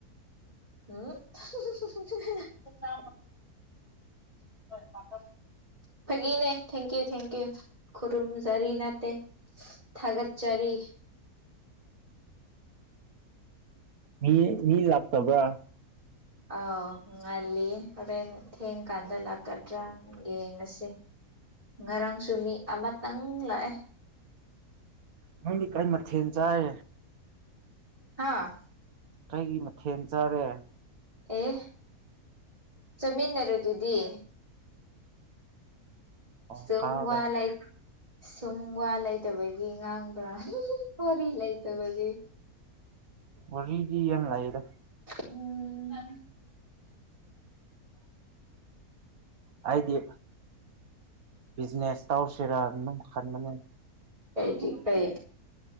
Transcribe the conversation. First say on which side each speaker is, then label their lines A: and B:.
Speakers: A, on the right; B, on the right.
A: ꯎ <unintelligible> <unintelligible> ꯐꯒꯤꯅꯦ ꯊꯦꯡꯀ꯭ꯌꯨ ꯊꯦꯡꯀ꯭ꯌꯨ ꯈꯨꯔꯨꯝꯖꯔꯤ ꯅꯠꯇꯦ ꯊꯥꯒꯠꯆꯔꯤ
B: ꯃꯤ ꯃꯤ ꯂꯥꯛꯇꯕ꯭ꯔꯥ
A: ꯑꯥꯎ ꯉꯜꯂꯤ ꯍꯣꯔꯦꯟ ꯊꯦꯡꯀꯥꯟꯗ ꯂꯥꯛꯀꯗ꯭ꯔꯥ ꯌꯦꯡꯉꯁꯤ ꯉꯔꯥꯡꯁꯨꯨ ꯃꯤ ꯑꯃꯇꯪ ꯂꯥꯛꯑꯦ
B: ꯅꯪꯗꯤ ꯀꯩ ꯃꯥꯊꯦꯟ ꯆꯥꯢ
A: ꯍꯥꯥ
B: ꯀꯩꯒꯤ ꯃꯊꯦꯜ ꯆꯥꯔꯦ
A: ꯑꯦ ꯆꯃꯤꯟꯅꯔ ꯑꯗꯨꯗꯤ
B: ꯑꯣ
A: ꯁꯨꯝ
B: ꯀꯥꯎꯔꯦ
A: ꯋꯥꯂꯩ ꯁꯨꯝ ꯋꯥ ꯂꯩꯇꯕꯒꯤ ꯉꯥꯡꯕ꯭ꯔꯥ ꯋꯔꯤ ꯂꯩꯇꯕꯒꯤ
B: ꯋꯥꯔꯤꯒꯤ ꯌꯥꯝ ꯂꯩꯑꯦꯗ
A: ꯎꯝ
B: ꯍꯥꯏꯗꯤ ꯕꯤꯖꯤꯅꯦꯁ ꯇꯥꯎ ꯁꯦꯔꯥ ꯅꯝ ꯈꯟꯕꯅꯦ
A: ꯀꯩꯒꯤ ꯀꯩ